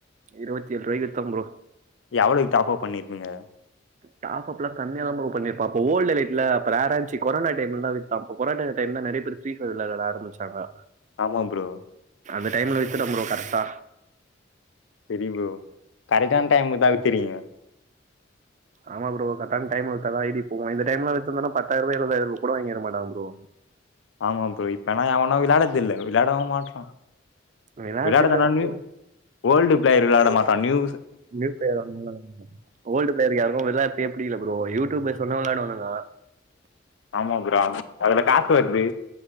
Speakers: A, on the right; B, on the left.
A: இருபத்தி ஏழு ரூவாய்க்கு வித்த ப்ரோ
B: எவ்வளவுக்கு டாப்அப் பண்ணிருப்பீங்க
A: டாப் அப்லா கம்மியாதா ப்ரோ பண்ணிருப்ப அப்ப ஓல்டு எலைட்ல அப்ப ரேரா இருந்துச்சி கொரோனா டைம்ல தா வித்த அப்ப கொரோனா டைம் ல நறைய பேர் ஃபிரீ பையர் விளையாட ஆரம்பிச்சாங்க
B: ஆமா ப்ரோ
A: அந்த டைம்ல வித்துட்ட ப்ரோ கரெக்டா
B: செரி ப்ரோ கரெக்டான டைம்ல தா வித்துருக்கீங்க
A: ஆமா ப்ரோ கரெக்டான டைம்ல வித்தா தா ஐடி போவுமே இந்த டைம்ல வித்திருந்தோன்னா பத்தாயரூவா இருபதாயிரரூவாக்கு கூட வாங்கிருக்க மாட்டாங்க ப்ரோ
B: ஆமா ப்ரோ இப்பனா எவனு விளயாட தெரில விளயாடவு மாட்றா
A: விளாட்றது
B: விளயாட
A: இல்ல
B: தான நியூ
A: ப்ரோ
B: ஓல்டு பிளேயர் விளயாட மாட்டா நியூ
A: நியூ பிளேயர் அந்த மாரிதா ஓல்ட் பிளேயர் யாருக்கு விளயாட்றதுகே புடிக்கல ப்ரோ யூடியூபர்ஸ் சொன்னா விளயாடுவானுங்க
B: ஆமா ப்ரோ அதுல காசு வருது